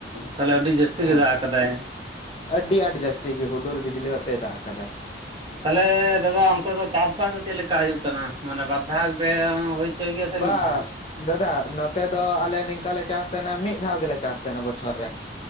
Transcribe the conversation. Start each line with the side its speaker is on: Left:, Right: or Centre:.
Right: ᱛᱟᱦᱚᱞᱮ ᱟᱹᱰᱤ ᱡᱟᱹᱥᱛᱤ
Left: ᱦᱮᱸ
Right: ᱜᱮ ᱫᱟᱜ ᱟᱠᱟᱫᱟᱭ?
Left: ᱟᱹᱰᱤ ᱟᱸᱴ ᱡᱟᱹᱥᱛᱤ ᱜᱮ ᱦᱩᱰᱩᱨ ᱵᱤᱡᱽᱞᱤ ᱟᱛᱮ ᱫᱟᱜ ᱟᱠᱟᱫᱟᱭ ᱾
Right: ᱛᱟᱦᱚᱞᱮ ᱫᱟᱫᱟ ᱚᱱᱛᱮ ᱫᱚ ᱪᱟᱥᱵᱟᱥ ᱫᱚ ᱪᱮᱫ ᱞᱮᱠᱟ ᱦᱩᱭᱩᱜ ᱠᱟᱱᱟ ᱢᱟᱱᱮ ᱵᱟᱨᱫᱷᱟᱣ ᱯᱮ ᱦᱩᱭ ᱦᱚᱪᱚᱭ ᱜᱮᱭᱟ ᱥᱮ
Left: ᱵᱟ
Right: ᱢᱤᱫ ᱫᱷᱟᱣ
Left: ᱫᱟᱫᱟ ᱱᱚᱛᱮ ᱫᱚ ᱟᱞᱮ ᱱᱤᱝᱠᱟᱞᱮ ᱪᱟᱥ ᱛᱟᱦᱮᱸᱱᱟ ᱢᱤᱫ ᱫᱷᱟᱣ ᱜᱮᱞᱮ ᱪᱟᱥ ᱛᱟᱦᱮᱸᱱᱟ ᱵᱚᱪᱷᱚᱨ ᱨᱮ,